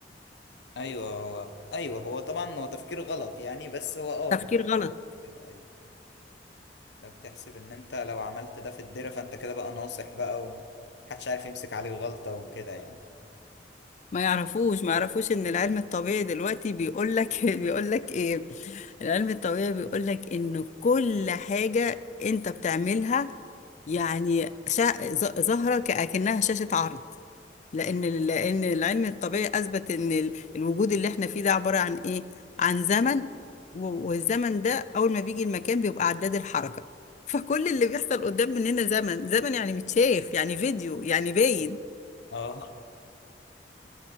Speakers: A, on the left; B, on the left.
A: أيوه هو أيوه هو طبعا هو تفكير غلط يعني بس هو اه
B: تفكير غلط
A: كده أيوه ده بتحسب إن أنت لو عملت ده في الدرة فأنت كده بقى ناصح بقى ومحدش عارف يمسك عليك غلطة وكده يعني
B: ما يعرفوش ما يعرفوش ان العلم الطبيعي دلوقتي بيقول لك <laughs> بيقول لك ايه العلم الطبيعي بيقول لك ان كل حاجة انت بتعملها يعني شا... ظ- ظاهرة كأكنها شاشة عرض لان ال- لان العلم الطبيعي اثبت ان ال- الوجود اللي احنا فيه ده عبارة عن ايه عن زمن و- والزمن ده اول ما بيجي المكان بيبقى عداد الحركة فكل اللي بيحصل قدام مننا زمن زمن يعني متشاف يعني فيديو يعني باين
A: اه